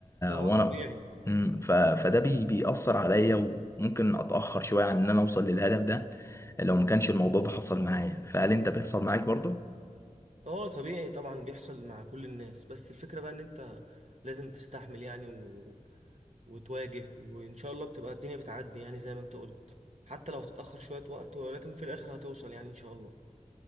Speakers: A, on the right; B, on the left.
A: اه
B: وانا
A: طبيعي
B: امم ف... فده بي... بيأثر عليا وممكن اتأخر شوية عن ان انا اوصل للهدف ده لو ما كانش الموضوع ده حصل معايا فهل انت بيحصل معاك برضه
A: اه طبيعي طبعا بيحصل مع كل الناس بس الفكرة بقى ان انت لازم تستحمل يعني و... وتواجه وان شاء الله بتبقى الدنيا بتعدي يعني زي ما انت قلت حتى لو هتتأخر شوية وقت ولكن في الآخر هتوصل يعني ان شاء الله